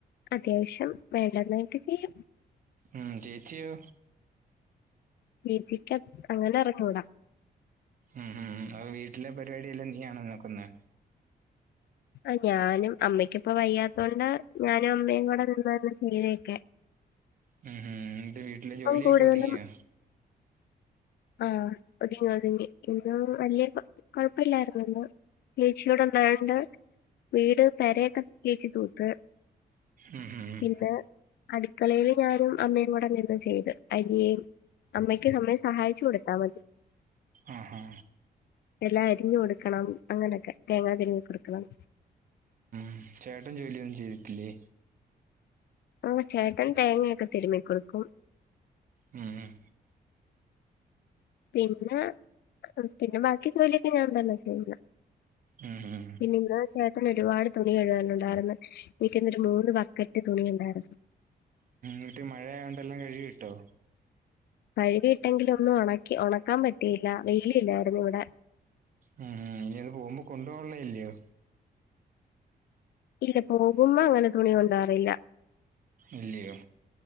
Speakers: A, on the left; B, on the right.
A: അത്യാവശ്യം വേണ്ടെന്നൊക്കെ ചെയ്യും
B: ഉം ചേച്യോ
A: വി ചിക്കൻ അങ്ങനറിഞ്ഞൂട
B: ഉം ഉം അത് വീട്ടിലെ പരിപാടി എല്ലം നീയാണോ നോക്കുന്നെ
A: അ ഞാനും അമ്മയ്ക്കിപ്പ വയ്യാത്തൊണ്ട് ഞാനും അമ്മയും കൂടെ നിന്നായിര്ന്നു ചെയ്തൊക്കെ
B: ഹും ഹും ന്ന്ട്ട് വീട്ടിലെ ജോലിയൊക്കെ
A: കൂടുതലും
B: ഒതുങ്യോ
A: ആഹ് ഒതുങ്ങി ഒതുങ്ങി ഇന്നും വല്യ കൊ കൊഴപ്പില്ലാര്ന്നു ഇന്ന് ഏച്ചിവടെണ്ടായോണ്ട് വീട് പെരയൊക്കെ ഏച്ചി തൂത്ത്
B: ഉം ഹും ഹും.
A: പിന്നെ അടുക്കളയില് ഞാനും അമ്മയും കൂടെ നിന്ന് ചെയ്ത്. അരിയേയും അമ്മയ് ക്ക് അമ്മയെ സഹായിച്ചു കൊടുത്താ മതി.
B: ആഹ് ഹാ.
A: എല്ലാം അരിഞ്ഞ് കൊടുക്കണം അങ്ങനെയൊക്കെ തേങ്ങാ തിരിമ്മി കൊടുക്കണം.
B: ഉം ചേട്ടൻ ജോലിയൊന്നും ചെയ്തിട്ടില്ലേ?
A: ഓഹ് ചേട്ടൻ തേങ്ങയൊക്കെ തിരുമ്മി കൊടുക്കും.
B: ഉം ഉം.
A: പിന്നെ പിന്നെ ബാക്കി ജോലിയൊക്കെ ഞാൻ തന്നാ ചെയ്യുന്ന.
B: ഉം ഹും.
A: പിന്നെ ഇന്ന് ചേട്ടന് ഒരുപാട് തുണി കഴുകാനുണ്ടായിര്ന്ന്. എനിക്കോന്നുന്നു ഒരു മൂന്ന് ബക്കറ്റ് തുണി ഇണ്ടായിരുന്നു..
B: വീട്ടി മഴയായോണ്ടെല്ലാം കഴുകി ഇട്ടോ?
A: കഴുകിയിട്ടെങ്കിലും ഒന്നും ഒണക്കി ഒണക്കാൻ പറ്റിയില്ല. വെയില് ഇല്ലായിരുന്നു ഇവിടെ.
B: ഉം ഹും. ഇനി അത് പോകുമ്പൊ കൊണ്ടുപോവാൻള്ളത് അല്ലെയോ?
A: ഇല്ല പോകുമ്പോ അങ്ങനെ തുണി കൊണ്ടാറില്ല.
B: ഇല്ലെയോ.